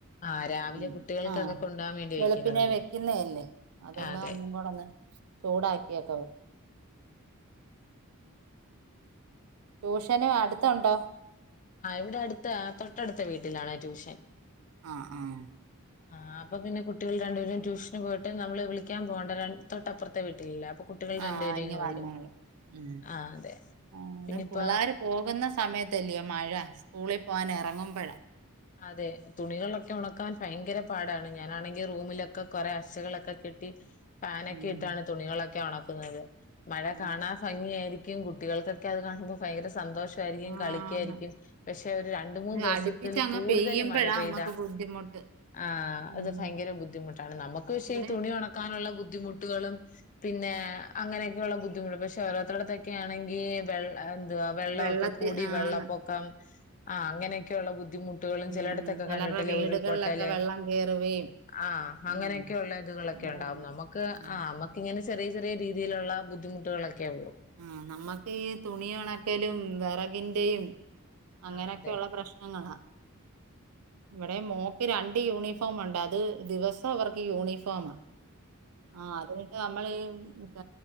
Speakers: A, on the left; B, on the right.
A: ആഹ് രാവിലെ
B: ഉ
A: കുട്ടികൾക്കൊക്കെ
B: ആഹ
A: കൊണ്ടോവാൻ വേണ്ടി
B: വെളുപ്പിനെ
A: വെക്കുന്നതല്ലേ
B: വെക്കുന്ന അല്ലേ അതെല്ലാം
A: അതെ
B: ഒന്നും കൂടന്ന് ചൂടാക്കാക്കി കേക്കാവോ
A: ഉം
B: ട്യൂഷനും അടുത്തുണ്ടോ
A: ആ ഇവിടെ അടുത്ത തൊട്ടടുത്ത വീട്ടിലാണ ട്യൂഷൻ
B: ആഹ ആഹ
A: ആഹ് അപ്പൊ പിന്നെ കുട്ടികൾ രണ്ടുപേരും ട്യൂഷന് പോയിട്ട് നമ്മള് വിളിക്കാൻ പോകണ്ട തൊട്ടപ്പുറത്തെ വീട്ടിലല്ല അപ്പൊ കുട്ടികൾ
B: ആഹ
A: രണ്ടുപേരും
B: ഇഞ്ഞു
A: ഇങ്ങ്
B: വന്നേളൂ
A: വരും
B: ഉ
A: ആ അതെ
B: ആ അതും
A: പിന്നിപ്പ
B: പിള്ളർ പോകുന്ന സമയത്തല്ലിയോ മഴ സ്കൂളിൽ പോവാൻ ഇറങ്ങുമ്പഴ
A: അതെ തുണികളൊക്കെ ഉണക്കാൻ ഭയങ്കര - പാടാണ് ഞാനാണെങ്കിൽ റൂമിലൊക്കെ കൊറേ അശകളൊക്കെ കെട്ടി ഫാനൊക്കെ
B: ഉം
A: ഇട്ടാണ് തുണികളൊക്കെ ഉണക്കു - ക്കുന്നത്. മഴ
B: ഉം
A: കാണാൻ ഭംഗിയായിരിക്കും ക്കും കുട്ടികൾക്കൊക്കെ അത് കാണുമ്പോ ഭയങ്കര സന്തോഷായിരിക്കും
B: ആന്ന്
A: കളിക്കായിരിക്കും പക്ഷെ ഒരു രണ്ട് മൂന്ന് ദിവസത്തിൽ-
B: അടുപ്പിച്ച് അങ്ങ്
A: കൂടുതല്
B: പെയ്യുമ്പോഴാ
A: മഴ പെയ്ത.
B: നമ്മക്ക് ബുദ്ധിമുട്ട്
A: ആ
B: ഉം
A: അത് ഭ യങ്കര ബുദ്ധിമുട്ടാണ് നമുക്ക് പക്ഷേ
B: ഇവിടെ
A: ഈ തുണി ഉണക്കാനുള്ള ബുദ്ധി മുട്ടുകളും പിന്നെ അങ്ങനെയൊക്കെയുള്ള ബുദ്ധിമുട്ടും പക്ഷെ ഓരോരുത്തര്ടെ അടുത്തൊക്കെ ആണെങ്കിൽ വെളളമ എന്തുവാ വെള്ളം
B: വെള്ളത്തി
A: ഒക്കെ കൂടി
B: ആന്ന്
A: വെള്ളപ്പൊക്കം ആഹ് അങ്ങനെയൊക്കെയുള്ള ബുദ്ധിമു ഇപ്പളും
B: ഉം
A: ചിലയിടത്തൊക്കെ
B: ചിലരുടെ
A: കണ്ടിട്ടില്ലേ
B: വീടുകളിലൊക്കെ
A: ഉരുൾപൊട്ടല്
B: വെള്ളം കേറുകയും
A: ആ അങ്ങനെയൊക്കെയുള്ള
B: ഉം
A: ഇതുകളൊക്കെ
B: അങ്ങനെയുണ്ട്
A: ഉണ്ടാവും നമ്മുക്ക്
B: ഉം
A: ആഹ് നമ്മക്ക് ഇങ്ങനെ ചെറിയ ചെറിയ രീതിയിലുള്ള ബുദ്ധിമുട്ടുകളൊക്കെ ഉള്ളൂ
B: ആ നമ്മക്ക് ഈ തുണി ഉണക്കലും വിറകിന്റെയും അങ്ങനെയൊക്കെയുള്ള
A: ആഹ് അതെ
B: പ്രശ്നങ്ങള ഇവിടെം മോക്ക് രണ്ട് യൂണിഫോം ഒണ്ട് അത് ദിവസോം അവർക്ക് യൂണിഫോമ. ആഹ് അത് ന്നിട്ട് നമ്മള് ഈ ക